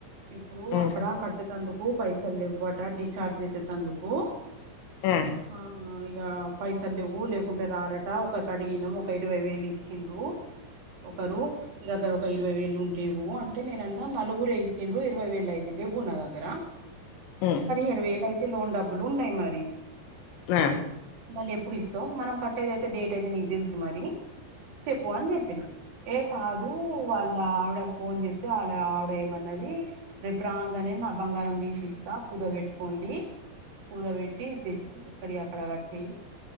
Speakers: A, on the right; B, on the left.
A: ఇప్పుడు
B: అవునా
A: అక్కడ కట్టేటందుకు పైసలేవ్వట డిచార్జ్ చేసేటందుకు
B: ఆ
A: ఆ ఇగ పైసల్ లేవు లేకుంటే రారట ఒకకడిగినం ఒక ఇరవై వేలు ఇచ్చిండ్రు ఒకరు ఇంకొకరు ఒక ఇరవై వేళ ఉంటేవ్ అంట నేనన్నా నలుగురే ఇచ్చిన్రు ఇరవై వేళ అయితు లేవ్వు నా దగ్గర
B: ఆ
A: ఇరవైలయితే లోన్ డబ్బలు ఉన్నాయి మరి
B: ఆ
A: మళ్ళీ ఎప్పుడు ఇస్తావు మనం కట్టది అయితే డేట్ అయితే నీకు తెలుసు మరి చెప్పు అని చెప్పిన ఏ కాదు వాళ్ళ ఆవిడ ఫోన్ చేస్తే ఆల ఆవిడ ఏమన్నది రేపు రాంగానే నా బంగారం తీసిస్తా కుదువ పెట్టుకోండి కూడ పెట్టి తెచ్చి ఇక్కడి అక్కడ కట్టీ